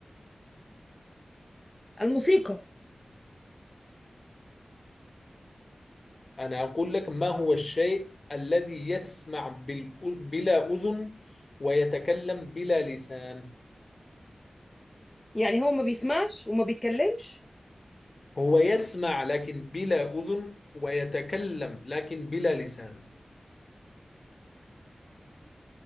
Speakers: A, on the left (about 20°); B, on the left (about 50°).
A: الموسيقى
B: أنا أقول لك ما هو الشيء الذي يسمع بال- بلا أذن ويتكلم بلا لسان
A: يعني هو ما بيسمعش وما بيتكلمش
B: هو يسمع لكن بلا أذن ويتكلم لكن بلا لسان